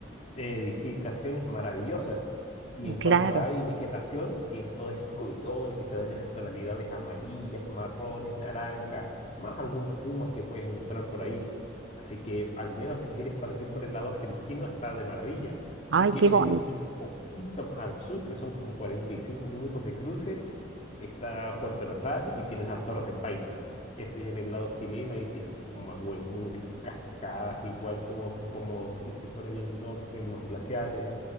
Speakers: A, on the left; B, on the right.
A: eh, edificaciones maravillosas. Y en
B: claro,
A: cuanto a ave y vegetación, tienes todos esos coirones que te dan esas tonalidades amarillas, marrones, naranjas, más algún puma que puedes encontrar por ahí. Así que al menos si quieres partir por el lado argentino, está de maravilla.
B: ay,
A: Si quieres
B: qué bonito,
A: venir un poquito más al sur, que son como 45 minutos de cruce, Está Puerto Natales y tienes las Torres del Paine. Eso ya en el lado chileno, ahí tienes pumas, huemules, cascadas, igual como, como dijiste por ahí el norte, unos glaciares